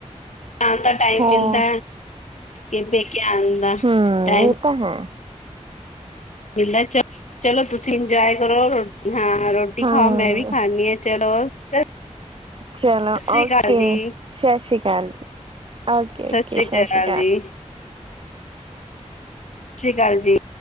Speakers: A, on the left; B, on the right.
A: ਆਉਣ ਦਾ ਟਾਈਮ
B: ਹੋ
A: ਮਿਲਦਾ ਕਿ ਪੇਕੇ ਆਣ ਦਾ
B: ਹਮ
A: ਟਾਈਮ
B: ਇਹ ਤਾਂ ਹੈ।
A: ਮਿਲਦਾ ਚ ਚਲੋ ਤੁਸੀਂ ਇੰਜੋਏ ਕਰੋ। ਹਾਂ ਰੋਟੀ
B: ਹਾਂ
A: ਖਾਓ ਮੈਂ ਵੀ ਖਾਦੀ ਹ ਚਲੋ। ਸਤਿ
B: ਚਲੋ
A: ਸ੍ਰੀ
B: ਓਕੇ
A: ਅਕਾਲ ਜੀ।
B: ਸਤਿ ਸ਼੍ਰੀ ਅਕਾਲ ਜੀ ਓਕੇ
A: ਸਤਿ
B: ਓਕੇ
A: ਸ੍ਰੀ ਅਕਾਲ
B: ਸ਼੍ਰੀ
A: ਜੀ। ਸਤਿ ਸ਼੍ਰੀ ਅਕਾਲ ਜੀ